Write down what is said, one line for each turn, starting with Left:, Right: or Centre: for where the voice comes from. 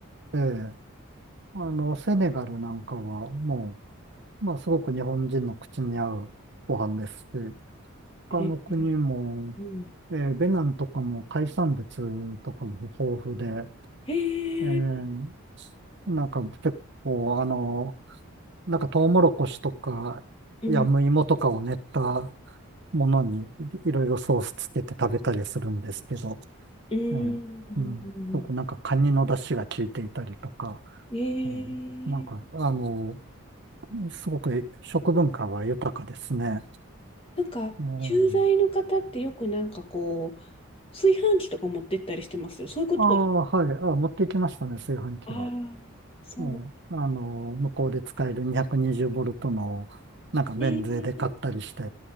Right: ええ。あの、セネガルなんかはもう、まあ、すごく日本人の口に合うご飯ですし、他の国も、
Left: えー、うん。
Right: えーベナンとかも海産物とかも豊富で、
Left: えー、
Right: えーなんか結構、あの、なんかトウモロコシとか、
Left: うん。
Right: ヤムイモとかを練ったものにいろいろソースつけて食べたりするんですけど、
Left: うん。
Right: ええ、うん、すごくなんかカニの出汁が効いていたりとか、
Left: えー、
Right: うん、なんか、あの、すごく食文化は豊かですね。
Left: なんか、
Right: うん、
Left: 駐在の方ってよくなんかこう、炊飯器とか持ってったりしてますよ。そういうことは、
Right: ああ、はい、あ、持ってきましたね、炊飯器は。
Left: ああ、そう。
Right: うん、あの、向こうで使える220ボルトの、なんか免税で買ったりして、
Left: えー、